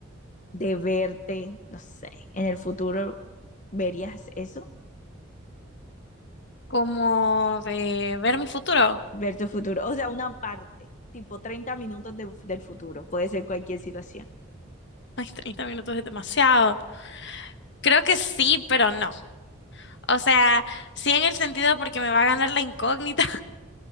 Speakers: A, on the left; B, on the left.
A: de verte, no sé, en el futuro, ¿verías eso?
B: como de ver mi futuro.
A: Ver tu futuro, o sea, una parte, tipo 30 minutos de- del futuro, puede ser cualquier situación.
B: Ay, <laughs> 30 minutos es demasiado. Creo que sí, pero no. O sea, sí en el sentido porque me va a ganar la incógnita.